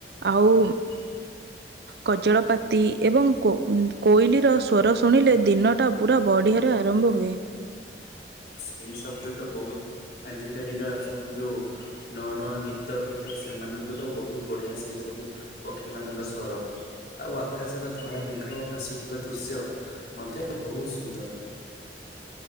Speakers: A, on the right; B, on the left.
A: ଆଉ
B: <unintelligible>
A: କଜଳପାତି ଏବଂ କୋ-ଉଁ, କୋଇଲିର ସ୍ୱର ଶୁଣିଲେ ଦିନଟା ପୁରା ବଢ଼ିଆରେ ଆରମ୍ଭ ବ ହୁଏ।
B: <unintelligible> ସେଇ ଶବ୍ଦ ତ ବହୁତ ଆଜି କାଲିକା ସବୁ ଯୋଉ ନୂଆ ନୂଆ ଗୀତ ଫୀତ ସେ ସେମାନଙ୍କୁ ତ ବହୁତ ବଢିଆ ସେ ସବୁ ପକ୍ଷୀ ମାନଙ୍କ ସ୍ବର। ଆଉ ଆକାଶର ଧଳା ମେଘ ଓ ଭାସୁଥିବା ଦୃଶ୍ୟ ମଧ୍ୟ ବହୁତ ସୁନ୍ଦର। <unintelligible>